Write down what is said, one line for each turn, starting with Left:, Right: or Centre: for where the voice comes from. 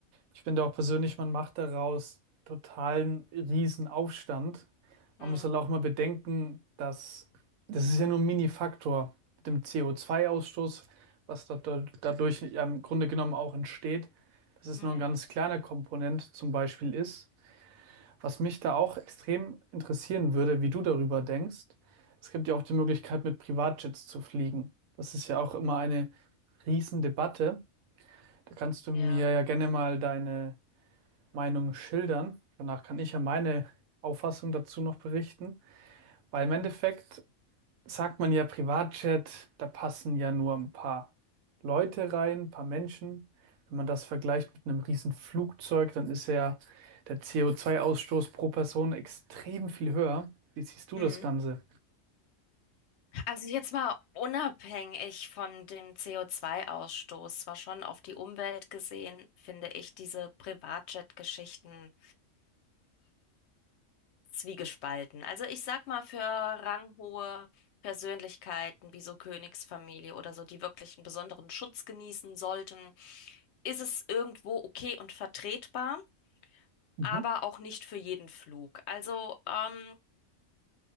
Right: Ich finde auch persönlich, man macht daraus totalen Riesenaufstand. Man
Left: Hm,
Right: muss halt auch mal bedenken, dass das ist ja nur ein Mini-Faktor mit dem CO2-Ausstoß, was da, da, dadurch ja im Grunde genommen auch entsteht, dass es
Left: hm,
Right: nur ein ganz kleiner Komponent zum Beispiel ist. Was mich da auch extrem interessieren würde, wie du darüber denkst, es gibt ja auch die Möglichkeit, mit Privatjets zu fliegen. Das ist ja auch immer eine Riesendebatte. Da kannst du mir
Left: ja.
Right: ja gerne mal deine Meinung schildern. Danach kann ich ja meine Auffassung dazu noch berichten. Weil im Endeffekt sagt man ja Privatjet, da passen ja nur ein paar Leute rein, ein paar Menschen. Wenn man das vergleicht mit einem riesen Flugzeug, dann ist ja der CO2-Ausstoß pro Person extrem viel höher. Wie siehst du
Left: Hm.
Right: das Ganze?
Left: Also jetzt mal unabhängig von dem CO2-Ausstoß, zwar schon auf die Umwelt gesehen, finde ich diese Privatjet-Geschichten zwiegespalten. Also ich sag mal für ranghohe Persönlichkeiten wie so Königsfamilie oder so, die wirklich einen besonderen Schutz genießen sollten, ist es irgendwo okay und vertretbar,
Right: Mhm.
Left: aber auch nicht für jeden Flug. Also ähm,